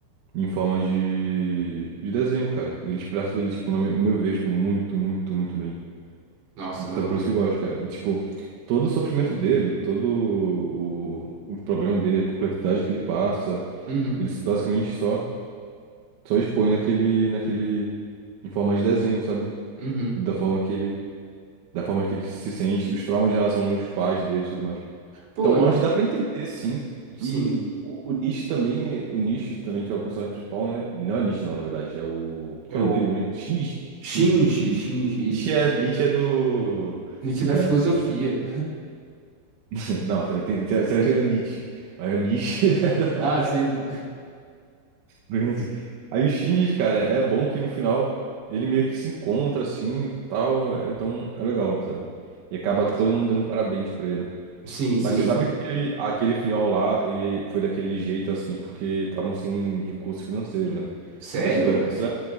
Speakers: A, on the right; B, on the right.
A: em forma de, de desenho, cara. E ele expressa ele, tipo, no meu, no meu ver, tipo, muito, muito, muito bem.
B: Nossa,
A: Então,
B: não.
A: por isso que eu gosto, cara. E, tipo, todo o sofrimento dele, todo o, o problema dele, a complexidade que ele passa, sabe?
B: Uhum.
A: Ele basicamente só, só expõe naquele, naquele. em forma de desenho, sabe?
B: Uhum.
A: Da forma que ele, da forma que ele se sente, os traumas de relação aos pais dele e tudo mais.
B: Pô,
A: Então, eu
B: en-
A: acho que dá pra entender, sim. E
B: sim.
A: o, o Nietzsche também, o Nietzsche também, que é o personagem principal, né? Não é Nietzsche, não, na verdade, é o... Qual
B: É
A: que é
B: o
A: o nome dele mesmo? Shinji.
B: Shinji,
A: Shinji.
B: Shinji,
A: Nietzsche
B: isso.
A: é, Nietzsche é do...
B: Nietzsche
A: Do
B: da
A: Guns.
B: filosofia.
A: <laughs> Não, também tem, tem, tem o Nietzsche. Mas o Nietzsche <laughs> é da...
B: Ah, sim.
A: Digamos assim. Aí o Shinji, cara, é bom que no final ele meio que se encontra assim, tal, é- então é legal, sabe? E acaba
B: Massa.
A: todo mundo dando parabéns pra ele.
B: Sim, sim.
A: Mas você sabe que aquele, aquele final lá, ele foi daquele jeito assim, porque estavam sem recurso financeiro, né?
B: Sério?
A: Ainda tiveram que acelerar,